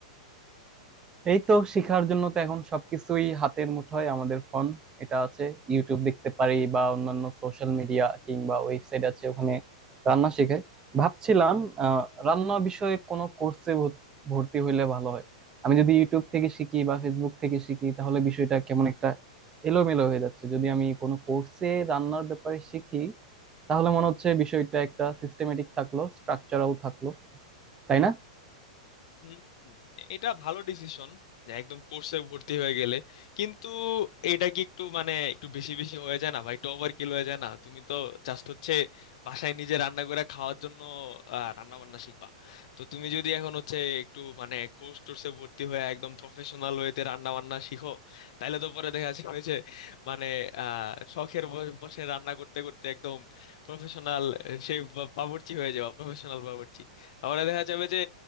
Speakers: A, on the right; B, on the left.
A: এই তো শেখার জন্য তো এখন সবকিছুই হাতের মুঠোয় আমাদের ফোন এটা আছে ইউটিউব দেখতে পারি বা অন্যান্য সোশ্যাল মিডিয়া কিংবা ওয়েবসাইট আছে ওখানে রান্না শেখায় ভাবছিলাম আহ, রান্না বিষয়ে কোনো কোর্সে ভর্তি হইলে ভালো হয় আমি যদি ইউটিউব থেকে শিখি বা ফেসবুক থেকে শিখি তাহলে বিষয়টা কেমন একটা এলোমেলো হয়ে যাচ্ছে যদি আমি কোনো কোর্সে রান্নার ব্যাপারে শিখি তাহলে মনে হচ্ছে বিষয়টা একটা সিস্টেমেটিক থাকলো স্ট্রাকচারাল থাকলো তাই না
B: হুম, এটা ভালো ডিসিশন যে একদম কোর্সে ভর্তি হয়ে গেলে কিন্তু এটা কি একটু মানে একটু বেশি বেশি হয়ে যায় না ভাই একটু ওভার কিল হয়ে যায় না তুমি তো জাস্ট হচ্ছে বাসায় নিজে রান্না করে খাওয়ার জন্য রান্না বান্না শিখবা তো তুমি যদি এখন হচ্ছে একটু মানে কোর্স টোর্সে ভর্তি হয়ে একদম প্রফেশনাল ওয়েতে রান্না বান্না শিখো তাহলে তো পরে দেখা যাবে যে মানে আহ শখের ব- বসে রান্না করতে করতে একদম প্রফেশনাল সে বা- বাবুর্চি হয়ে যাবে প্রফেশনাল বাবুর্চি আবার দেখা যাবে যে